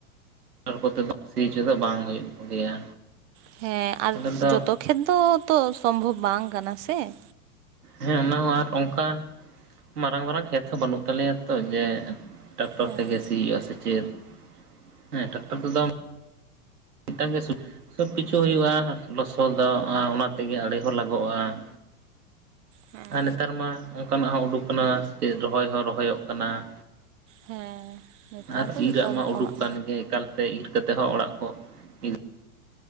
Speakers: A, on the right; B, on the right.
A: ᱛᱟᱨ ᱠᱚᱛᱮ ᱫᱚ ᱥᱤ ᱪᱚᱫᱚ ᱵᱟᱝ ᱦᱩᱭᱩᱜ ᱜᱮᱭᱟ
B: ᱦᱮᱸ ᱟᱨ
A: ᱟᱞᱮ ᱫᱚ
B: ᱡᱚᱛᱚ ᱠᱷᱮᱛ ᱫᱚ ᱛᱚ ᱥᱚᱢᱵᱷᱚᱵ ᱵᱟᱝ ᱠᱟᱱᱟ ᱥᱮ
A: ᱦᱮᱸ ᱚᱱᱟ ᱦᱚᱸ ᱟᱨ ᱚᱝᱠᱟ ᱢᱟᱨᱟᱝ ᱢᱟᱨᱟᱝ ᱠᱷᱮᱛ ᱦᱚᱸ ᱵᱟᱹᱱᱩᱜ ᱛᱟᱞᱮᱭᱟ ᱛᱚ ᱡᱮ ᱴᱮᱠᱴᱚᱨ
B: ᱦᱮᱸ
A: ᱛᱮᱜᱮ ᱥᱤᱭᱚᱜᱼᱟ ᱥᱮᱪᱮᱫ ᱦᱮᱸ ᱴᱮᱠᱴᱚᱨ ᱛᱮᱫᱚ ᱾ ᱴᱟᱝ ᱜᱮ ᱥᱩᱠ ᱥᱚᱵ ᱠᱤᱪᱷᱩ ᱦᱩᱭᱩᱜᱼᱟ ᱞᱚᱥᱚᱫ ᱫᱟᱜᱼᱟ ᱚᱱᱟ ᱛᱮᱜᱮ ᱟᱲᱮ ᱦᱚᱸ ᱞᱟᱜᱟᱜᱼᱟ ᱾
B: ᱦᱮᱸ
A: ᱟᱨ ᱱᱮᱛᱟᱨ ᱢᱟ ᱚᱱᱠᱟᱱᱟᱜ ᱦᱚᱸ ᱩᱰᱩᱠ ᱠᱟᱱᱟ ᱥᱮᱪᱮᱫ ᱨᱚᱦᱚᱭ ᱦᱚᱸ ᱨᱚᱦᱚᱭᱚᱜ ᱠᱟᱱᱟ ᱾
B: ᱦᱮᱸ ᱱᱮᱛᱟᱨ
A: ᱟᱨ
B: ᱫᱚ
A: ᱤᱨᱟᱜ
B: ᱡᱚᱛᱚ
A: ᱢᱟ
B: ᱨᱚᱠᱚᱢᱟᱜ
A: ᱩᱰᱩᱠ ᱠᱟᱱ ᱜᱮ ᱮᱠᱟᱞᱛᱮ ᱤᱨ ᱠᱟᱛᱮ ᱦᱚᱸ ᱚᱲᱟᱜ ᱠᱚ ᱤᱫᱤ